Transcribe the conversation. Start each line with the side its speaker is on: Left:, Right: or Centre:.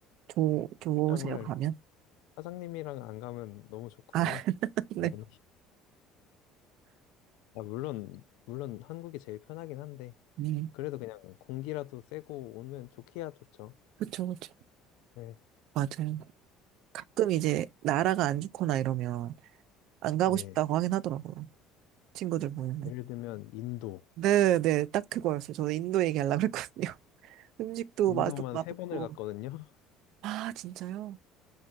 Right: 좋, 좋으세요,
Left: 출장을
Right: 가면?
Left: 사장님이랑 안 가면 너무 좋고요.
Right: 아, <laughs> 네.
Left: 당연히. 아, 물론 물론 한국이 제일 편하긴 한데
Right: 음,
Left: 그래도 그냥 공기라도 쐬고 오면 좋기야 좋죠.
Right: 그쵸, 그쵸.
Left: 네.
Right: 맞아요. 가끔 이제 나라가 안 좋거나 이러면 안 가고
Left: 네.
Right: 싶다고 하긴 하더라고요. 친구들 보면은.
Left: 예를 들면 인도.
Right: 네, 네, 딱 그거였어요. 저 인도 얘기하려고 그랬거든요. <laughs> 음식도
Left: 인도만
Right: 맛, 맛없고.
Left: 세 번을 갔거든요. <laughs>
Right: 아, 진짜요?